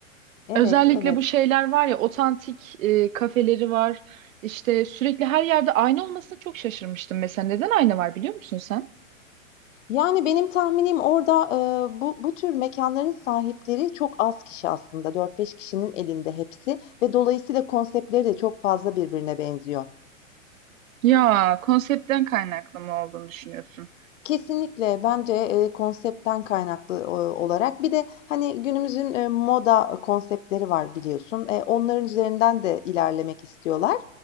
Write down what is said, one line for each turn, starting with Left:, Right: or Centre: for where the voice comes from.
Left: Evet,
Right: Özellikle
Left: evet.
Right: bu şeyler var ya otantik e, kafeleri var. İşte sürekli her yerde ayna olmasına çok şaşırmıştım mesela. Neden ayna var biliyor musun sen?
Left: Yani benim tahminim orada, eee, bu bu tür mekânların sahipleri çok az kişi aslında. dört beş kişinin elinde hepsi ve dolayısıyla konseptleri de çok fazla birbirine benziyor.
Right: Ya konseptten kaynaklı mı olduğunu düşünüyorsun?
Left: Kesinlikle bence, eee, konseptten kaynaklı, eee, olarak bir de, hani, günümüzün, eee, moda konseptleri var biliyorsun. Eee, onların üzerinden de ilerlemek istiyorlar,